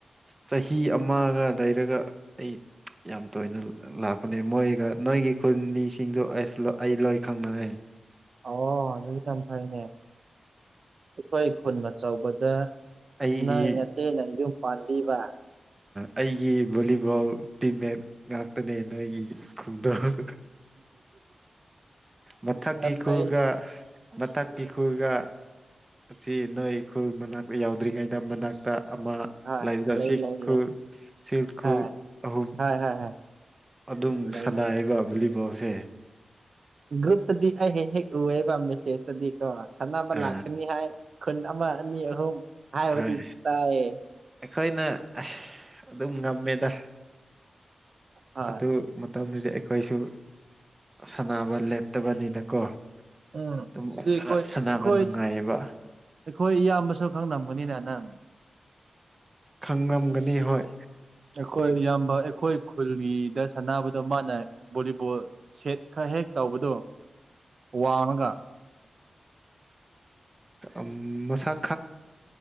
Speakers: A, on the right; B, on the right.
A: ꯆꯍꯤ ꯑꯃꯒ ꯂꯩꯔꯒ ꯑꯩ ꯌꯥꯝ ꯇꯣꯏꯅ ꯂꯥꯛꯄꯅꯦ ꯃꯣꯏꯒ ꯅꯣꯏꯒꯤ ꯈꯨꯟ ꯃꯤꯁꯤꯡꯗꯨ ꯑꯩ ꯂꯣꯏ ꯈꯪꯅꯔꯦ
B: ꯑ ꯑꯗꯨ ꯌꯥꯝ ꯐꯩꯅꯦ ꯑꯩꯈꯣꯏ ꯈꯨꯟ ꯑꯆꯧꯕꯗ
A: ꯑꯩꯒꯤ
B: ꯅꯪ ꯅꯆꯦꯅ ꯌꯨꯝ ꯄꯥꯟꯕꯤꯕ
A: ꯑꯩꯒꯤ ꯚꯣꯂꯤꯕꯣꯜ ꯇꯤꯝꯃꯦꯠ ꯉꯥꯛꯇꯅꯦ ꯅꯣꯏꯒꯤ ꯈꯨꯡꯗꯪ ꯃꯊꯛꯀꯤ
B: ꯌꯥꯝ
A: ꯈꯨꯔꯒ
B: ꯐꯩ
A: ꯃꯅꯥꯀꯤ ꯈꯨꯜꯒ ꯑꯁꯤ ꯅꯣꯏ ꯈꯨꯜ ꯃꯅꯥꯛꯇ ꯌꯥꯎꯗ꯭ꯔꯤꯉꯩꯗ ꯃꯅꯥꯛꯇ ꯑꯃ
B: ꯍꯣꯏ
A: ꯂꯥꯏꯕꯗ
B: ꯂꯩ
A: ꯁꯤ
B: ꯂꯩ
A: ꯈꯨ
B: ꯂꯩ
A: ꯁꯤꯜ ꯈꯨꯨ
B: ꯍꯣꯏ
A: ꯑꯍꯨꯝ
B: ꯍꯣꯏ ꯍꯣꯏ ꯍꯣꯏ
A: ꯑꯗꯨꯝ
B: ꯂꯩ
A: ꯁꯅꯥꯕ
B: ꯂꯩ
A: ꯚꯣꯂꯤꯕꯣꯁꯦ
B: ꯒ꯭ꯔꯨꯞꯇꯗꯤ ꯑꯩ ꯍꯦꯛ ꯍꯦꯛ ꯎꯕ ꯃꯦꯁꯦꯖꯇꯗꯤ ꯀꯣ ꯁꯥꯟꯅꯕ
A: ꯑ
B: ꯂꯥꯛꯀꯅꯤ ꯍꯥꯏ ꯈꯨꯟ ꯑꯃ ꯑꯅꯤ ꯑꯍꯨꯝ ꯍꯥꯏꯕꯗꯤ
A: ꯍꯣꯏ
B: ꯇꯥꯏꯌꯦ
A: ꯑꯩꯈꯣꯏꯅ ꯑꯁ ꯑꯗꯨꯝ ꯉꯝꯃꯦꯗ
B: ꯍꯣꯏ
A: ꯑꯗꯨ ꯃꯇꯝꯗꯨꯗꯤ ꯑꯩꯈꯣꯏꯁꯨ ꯁꯥꯟꯅꯕ ꯂꯦꯞꯇꯕꯅꯤꯅꯀꯣ
B: ꯎꯝ
A: ꯑꯗꯨꯝ
B: ꯑꯗꯨꯗꯤ ꯑꯩꯈꯣꯏ
A: ꯈꯔ ꯁꯥꯟꯅꯕ
B: ꯑꯩꯈꯣꯏ
A: ꯅꯨꯡꯉꯥꯏꯌꯦꯕ
B: ꯑꯩꯈꯣꯏ ꯏꯌꯥꯝꯕꯁꯨ ꯈ ꯈꯪꯅꯥ ꯃꯨꯅꯤꯅ ꯅꯪ
A: ꯈꯪꯔꯝꯒꯅꯤ ꯍꯣꯏ
B: ꯑꯩꯈꯣꯏ ꯏꯌꯥꯝꯕ ꯑꯩꯈꯣꯏ ꯈꯨꯜꯒꯤꯗ ꯁꯥꯟꯅꯕꯗꯣ ꯃꯥꯅ ꯕꯣꯂꯤꯕꯣꯜ ꯁꯦꯠ ꯈꯔ ꯍꯦꯛ ꯇꯧꯕꯗꯣ ꯋꯥꯅꯒ
A: ꯃꯁꯥ